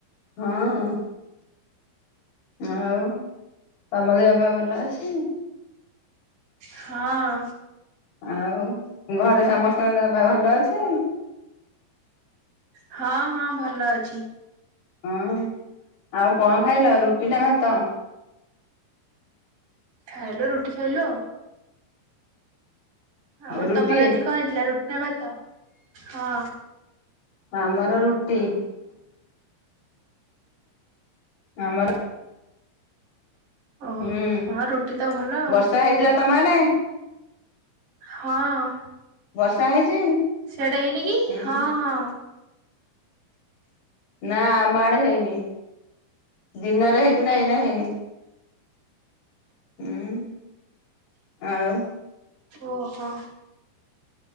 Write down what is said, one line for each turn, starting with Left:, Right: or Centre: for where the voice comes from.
Left: ହଁ ଆଉ ତମ ଦେହ ପା ଭଲ ଅଛି?
Right: ହଁ।
Left: ଆଉ ଘରେ ସମସ୍ତଙ୍କ ଦେ ପା ଭଲ ଅଛି?
Right: ହଁ ହଁ ଭଲ ଅଛି।
Left: ହୁଁ ଆଉ କଣ ଖାଇଲ ରୁଟି ନା ଭାତ
Right: ଖାଇଲୁ ରୁଟି ଖାଇଲୁ ଆଉ ଆଉ
Left: ରୁଟି
Right: ତମର ଆଜି କଣ ହେଇଥିଲା ରୁଟିନା ଭାତ ହଁ।
Left: ଆମର ରୁଟି। ଆମର
Right: ଓହୋ
Left: ହୁଁ
Right: ହଁ ରୁଟି ତ ଭଲ ଆଉ
Left: ବର୍ଷା ହେଇଥିଲା ତମ ଆଡେ?
Right: ହଁ
Left: ବର୍ଷା ହେଇଛି?
Right: ସିଆଡେ ହେଇନି କି?
Left: ହୁଁ
Right: ହଁ ହଁ।
Left: ନା ଆମ ଆଡେ ହେଇନି। ଦିନରେ ହେଇଥିଲା ଏଇନା ହେଇନି। ଉଁ ଆଉ।
Right: ଓହୋ।